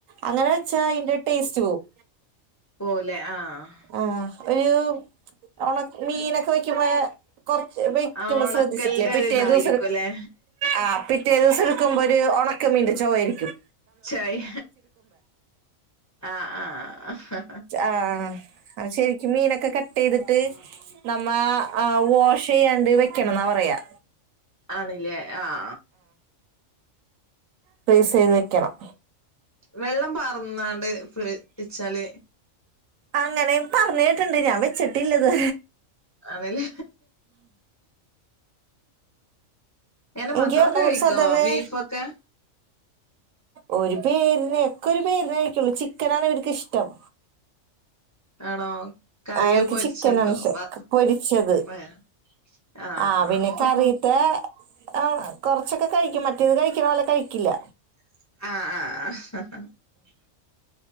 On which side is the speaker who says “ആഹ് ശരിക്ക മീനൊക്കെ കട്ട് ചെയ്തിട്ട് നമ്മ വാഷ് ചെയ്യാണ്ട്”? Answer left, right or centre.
Right